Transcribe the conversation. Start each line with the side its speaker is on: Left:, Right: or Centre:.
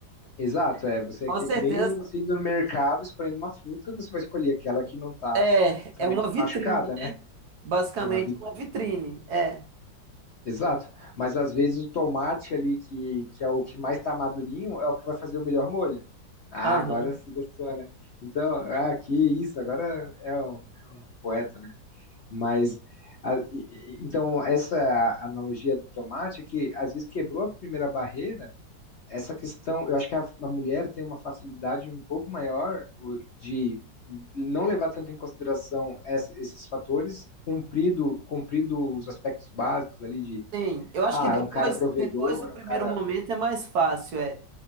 Left: Exato, é, você,
Right: Com
Left: é
Right: certeza
Left: que nem você indo no mercado escolhendo uma fruta, você vai escolher aquela que não está
Right: é,
Left: que tá
Right: é
Left: menos
Right: uma vitrine,
Left: machucada, né?
Right: né? Basicamente
Left: É uma vitrine.
Right: uma vitrine, é.
Left: Exato. Mas às vezes o tomate ali, que, que é o que mais está madurinho, é o que vai fazer o melhor molho. Ah,
Right: Aham.
Left: agora se gostou, né? Então, ah, que isso, agora é um, é um poeta, né? Mas, a- e- e- então, essa analogia do tomate é que às vezes quebrou a primeira barreira, essa questão, eu acho que a, a mulher tem uma facilidade um pouco maior o- de não levar tanto em consideração essa- esses fatores, cumprido, cumprido os aspectos básicos ali de
Right: Sim, eu acho
Left: ah,
Right: que depois,
Left: é um cara provedor,
Right: depois do primeiro
Left: é um cara.
Right: momento é mais fácil, é.